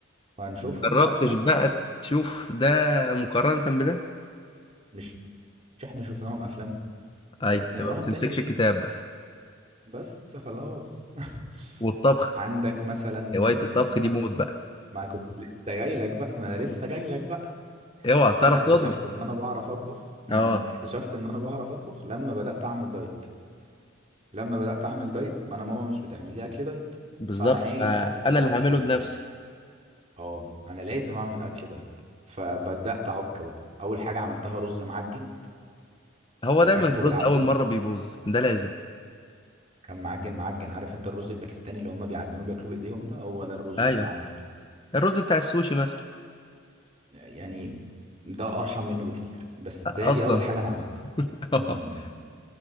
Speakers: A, on the right (about 30°); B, on the left (about 25°).
A: وهنشوفهم
B: جربتش
A: بقى افلام
B: بقى
A: بقى
B: تشوف ده مقارنة بده
A: مش مش احنا شفناهم افلام
B: ايوه
A: ن- نقراهم
B: يبقى ما تمسكش
A: تاني ليه
B: الكتاب بقى
A: بس خلاص <laughs>
B: والطبخ
A: عندك مثلا
B: هواية الطبخ
A: بعد
B: دي موت
A: ال...
B: بقى
A: ما كنت لسه جاي لك بقى ما انا لسه جاي لك بقى
B: اوعى بتعرف
A: انا اكتشفت
B: تطبخ
A: ان انا بعرف اطبخ م.
B: اه
A: اكتشفت ان انا بعرف اطبخ لما بدأت اعمل دايت لما بدأت أعمل دايت ما أنا ماما مش بتعمل لي أكل دايت
B: بالظبط
A: فأنا عايز
B: فانا
A: أعمل بقى
B: اللي
A: أكل
B: هعمله
A: دايت
B: بنفسي
A: أه أنا لازم أعمل أكل دايت فبدأت أعك بقى أول حاجة عملتها رز معجن
B: هو
A: وكلته
B: دايما الرز
A: بالعافية
B: اول مرة بيبوظ ده لازم
A: كان معجن معجن عارف أنت الرز الباكستاني اللي هم بيعجنوه بياكلوه بإيديهم ده هو ده الرز
B: ايوه
A: اللي أنا عملته
B: الرز بتاع السوشي مثلا
A: يعني ده أرحم منه بكتير بس هي
B: اصلا
A: دي أول حاجة أنا عملتها
B: <laughs>
A: امم إمم.